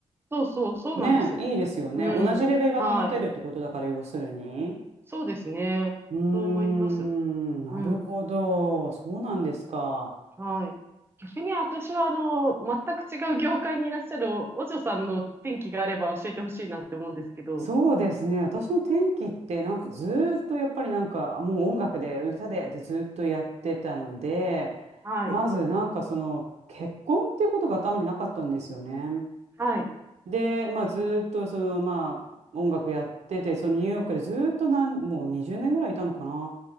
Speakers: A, on the right (about 20°); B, on the right (about 65°).
A: そうそう、そうなんです。
B: ねえ、いいですよね。
A: うん。
B: 同じレベルが保てるってことだから、
A: はい。
B: 要するに。
A: そうですね。
B: うーん、
A: そう思います。
B: なるほど。
A: うん。
B: そうなんですか。
A: はい。逆に私はあの、全く違う業界にいらっしゃるお、お嬢さんの転機があれば教えてほしいなって思うんですけど。
B: そうですね。私の転機ってなんかずーっとやっぱりなんかもう音楽で歌ででずーっとやってたので、
A: はい。
B: まずなんかその結婚っていうことが頭になかったんですよね。
A: はい。
B: で、まあずーっとそのまあ音楽やってて、そのニューヨークでずーっとなん、もう20年ぐらいいたのかな。